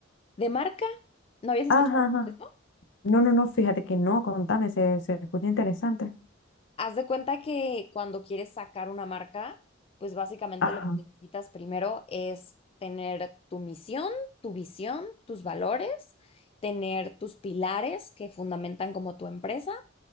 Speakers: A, on the left (about 30°); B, on the left (about 65°).
A: de marca. ¿No habías escuchado
B: Ajá, ajá.
A: eso?
B: No, no, no, fíjate que no, contame, se, se escucha interesante.
A: Haz de cuenta que cuando quieres sacar una marca, pues básicamente
B: Ajá,
A: lo que necesitas primero es tener tu misión, tu visión, tus valores, tener tus pilares que fundamentan como tu empresa